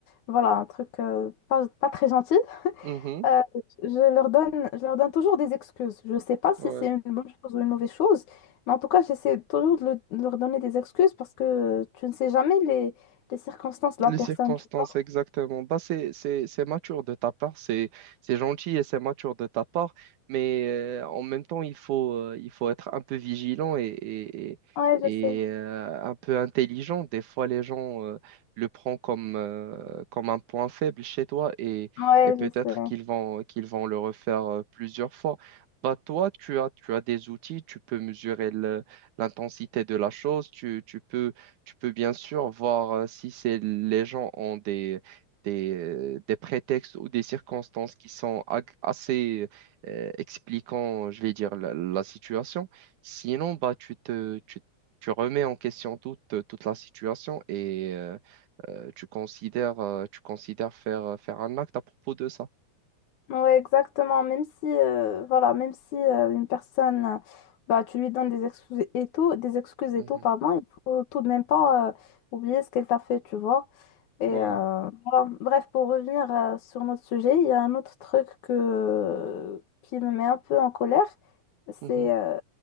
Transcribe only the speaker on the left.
voilà, un truc euh, pas, pas très gentil.
Euh, je leur donne, je leur donne toujours des excuses. Je ne sais pas si
c'est une bonne chose ou une mauvaise chose, mais en tout cas, j'essaie toujours de, le- de leur donner des excuses parce que euh, tu ne sais jamais les, les circonstances de
la personne,
tu vois.
Ouais, je
sais.
Ouais,
je sais.
Ouais, exactement. Même si, euh, voilà, même si euh, une personne, euh, bah, tu lui donnes des excuses et tout, des excuses
et tout, pardon, il faut tout de même pas euh, oublier ce qu'elle t'a fait, tu vois. Et
euh, voilà. bref, pour revenir euh, sur notre sujet, il y a un autre truc que, qui me met un peu en colère, c'est
euh,